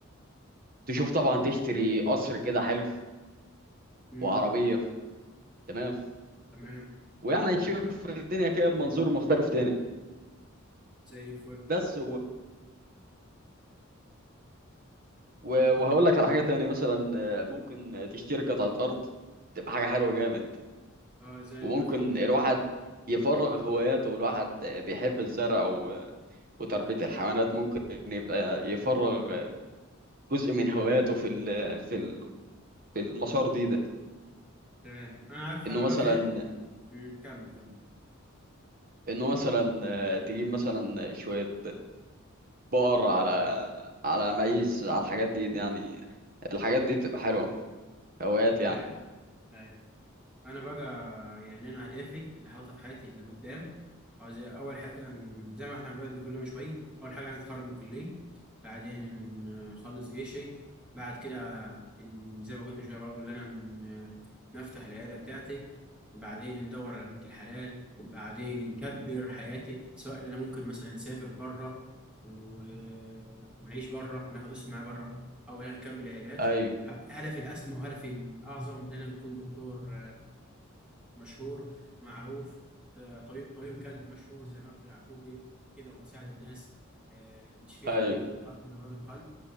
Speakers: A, on the right; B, in the centre.
A: تشوف طبعا تشتري قصر كده حلو
B: مم.
A: وعربية تمام
B: تمام
A: ويعني تشوف الدنيا كده بمنظور مختلف تاني
B: زي الفل
A: بس و- وهقول لك على حاجة تاني مثلا آه، ممكن تشتري قطعة أرض تبقى حاجة حلوة جامد
B: اه زي الفل
A: وممكن
B: ده
A: الواحد يفرغ هواياته والواحد بيحب الزرع و- وتربية الحيوانات ممكن يبقى يفرغ جزء من هواياته في ال في ال في المسار دي ده
B: تمام انا عارف
A: انه
B: انا بقى
A: مثلا
B: ايه مم. كمل كمل
A: انه مثلا آه، تجيب مثلا شوية بقر على على ميز على الحاجات دي, دي يعني الحاجات دي بتبقى حلوة هوايات يعني
B: ايوه ايوه انا بقى يعني انا اهدافي اللي حاططها في حياتي اللي قدام عاوز اول حاجه ن- زي ما احنا بقى كل من شويه اول حاجه عايز اتخرج من الكليه بعدين ن- نخلص جيشي بعد كده ن- زي ما قلت من شويه برضو اللي انا ن- نفتح العياده بتاعتي وبعدين ندور على بنت الحلال بعدين نكبر حياتي سواء اللي انا ممكن مثلا نسافر بره و... ونعيش بره وناخد اسم معايا بره او إن أنا نكبر العيادات
A: ايوه
B: ه- هدفي الاسمى وهدفي الاعظم ان انا نكون دكتور مشهور معروف آه، طبيب طبيب قلب مشهور زي ماجد يعقوبي كده ونساعد الناس آه، نشفيها
A: ايوه
B: من امراض القلب من امراض القلب